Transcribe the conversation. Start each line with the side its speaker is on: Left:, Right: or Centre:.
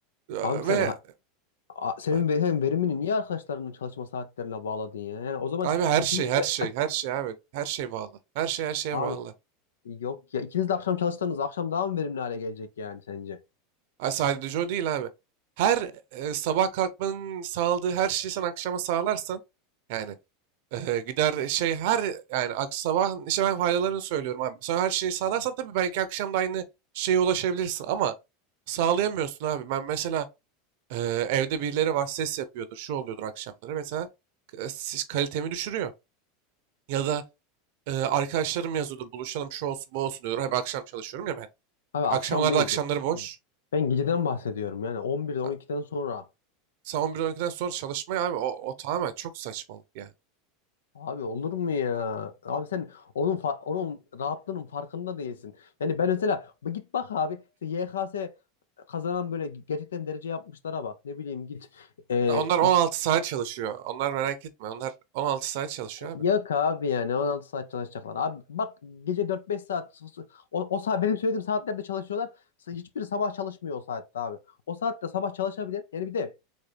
Right: Ya,
Left: Abi sen
Right: Ve
Left: ha. A- Senin
Right: ay,
Left: ve- hem verimini niye arkadaşlarının çalışma saatlerine bağladın ya? Yani o zaman
Right: abi her
Left: ikiniz
Right: şey, her
Left: de
Right: şey, her şey abi. Her şey bağlı. Her şey her şeye
Left: abi
Right: bağlı.
Left: yok ya ikiniz de akşam çalışsanız akşam daha mı verimli hale gelecek yani sence?
Right: Ay sadece o değil abi. Her e, sabah kalkmanın sağladığı her şeyi sen akşama sağlarsan yani e, gider şey her yani ak- sabah işte ben faydalarını söylüyorum abi. Sonra her şeyi sağlarsan tabii belki akşam da aynı şeye ulaşabilirsin ama sağlayamıyorsun abi. Ben mesela Ee, evde birileri var ses yapıyordur, şu oluyordur akşamları. Mesela k- e, siz- kalitemi düşürüyor. Ya da e, arkadaşlarım yazıyordur, buluşalım şu olsun bu olsun diyordur. Abi akşam çalışıyorum ya ben.
Left: Abi akşam
Right: Akşamlarda
Left: değil.
Right: akşamları
Left: Ge-
Right: boş.
Left: Ben geceden bahsediyorum yani 11'den 12'den
Right: Abi,
Left: sonra.
Right: Sen 11-12'den sonra çalışmaya abi o, o tamamen çok saçmalık ya.
Left: Abi olur mu ya? Abi sen onun fa- onun rahatlığının farkında değilsin. Yani ben mesela bu git bak abi işte YKS kazanan böyle gerçekten derece yapmışlara bak. Ne bileyim git e,
Right: Ya Onlar 16 saat çalışıyor. Onlar merak etme. Onlar 16 saat çalışıyor abi.
Left: Yok abi yani 16 saat çalışacaklar. Abi bak gece 4-5 saat o, o saat benim söylediğim saatlerde çalışıyorlar. Sa- Hiçbiri sabah çalışmıyor o saatte abi. O saatte sabah çalışabilen yani bir de